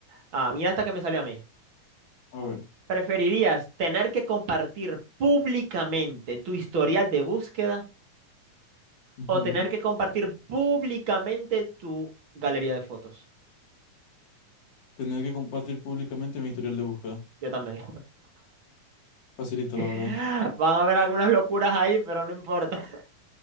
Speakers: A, on the right; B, on the left.
A: Ah, mira hasta que me salió a mí.
B: A ver.
A: ¿Preferirías tener que compartir públicamente tu historial de búsqueda
B: ujú.
A: o tener que compartir públicamente tu galería de fotos?
B: Tener que compartir públicamente mi historial de búsqueda.
A: Yo también.
B: Facilito,
A: <laughs> Van
B: la verdad.
A: a haber algunas locuras ahí, pero no importa. <laughs>